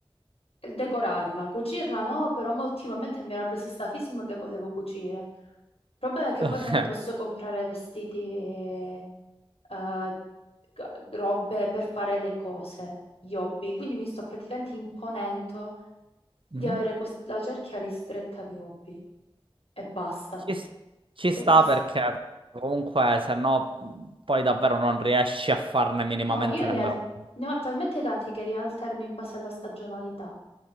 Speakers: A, on the left; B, on the right.
A: Decorarla, cucirla no, però mo ultimamente mi era presa sta fisima che volevo cucire. Il problema è che
B: Ok.
A: poi non è che posso comprare vestiti e eh, g- robe per fare le cose, gli hobby, quindi mi sto praticamente imponendo di
B: Mhm.
A: avere quest- la cerchia ristretta di hobby e basta.
B: Ci, s- ci sta
A: Perché s-
B: perché comunque se no poi davvero non riesci a farne minimamente
A: no, io
B: nemmeno
A: li al-
B: uno.
A: ne ho talmente tanti che li alterno in base alla stagionalità.